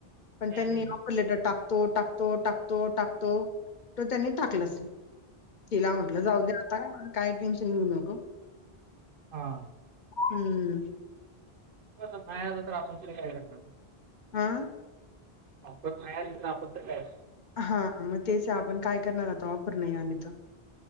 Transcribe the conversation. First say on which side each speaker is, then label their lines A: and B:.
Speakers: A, on the left; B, on the right.
A: पण
B: हम्म,
A: त्यांनी
B: हम्म.
A: ऑफर लेटर टाकतो, टाकतो, टाकतो, टाकतो तो त्यांनी टाकलंच नाही. तिला म्हटलं
B: अच्छा
A: जाऊ दे् आता काय टेन्शन घेऊ नको.
B: हां.
A: हम्म.
B: तर पुढे काय करणार?
A: हम.
B: ऑफर लेटर आलं नाही तर आपण तर काय करणार.
A: हा मग तेच आपण काय करणार आता ऑफर नाही आली तर